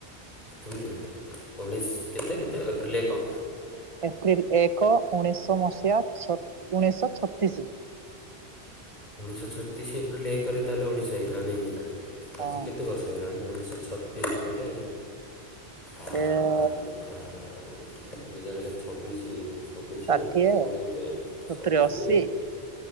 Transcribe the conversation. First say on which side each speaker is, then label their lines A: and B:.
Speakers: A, on the left (about 45°); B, on the right (about 35°).
A: ଏମିତି ଉଣେଇଶ କେତେ କେତେ ଏପ୍ରିଲ ଏକ।
B: ଏପ୍ରିଲ ଏକ ଉଣେଇଶ ମସିହା ଛତି ଉଣେଇଶ ଛତିଶି।
A: ଉଣେଇଶ ଛତିଶି ଏପ୍ରିଲ ଏକ ରେ ତା ହେଲେ ଓଡ଼ିଶା ହୋଇ ଥିଲା ନାଇକି
B: ହଁ
A: ଆଜି କେତେ ବର୍ଷ ବର୍ଷ ହେଇଗଲାନି ଉଣେଇଶ ଛତିଶି କହିଲେ
B: <unintelligible>
A: ଆ <unintelligible> ଦୁଇ ହଜାର ଏଇଟା ଛବିଶି ହେଇଗଲା। ଛବିଶି
B: ଷାଠିଏ
A: ସିଆଡେ କେତେ
B: ସତୁରି
A: ଷାଠିଏ।
B: ଅଶୀ